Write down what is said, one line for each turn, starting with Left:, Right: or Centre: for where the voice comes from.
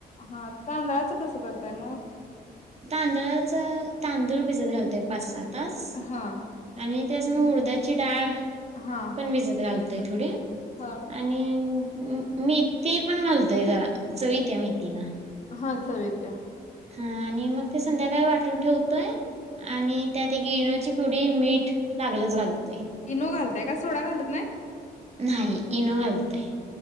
Left: हा तांदळाचं कसं करताय मग
Right: तांदळाचा तांदूळ भिजत घालतय पाच सात तास
Left: हा
Right: आणि त्यास म उडदाची डाळ
Left: हा
Right: पण विजत घलतोय थोडी
Left: हा
Right: आणि मेथी पण घालतोय जरा चवीत या मेथीना
Left: हा चवत्या
Right: हा आणि मग ते संध्याकाळी वाटून ठेवतोय आणि त्यात ते इनो ची पूडी मीठ लागलच घालतय
Left: इनो घालतय का सोडा घालत नाही
Right: नाही इनो घालतय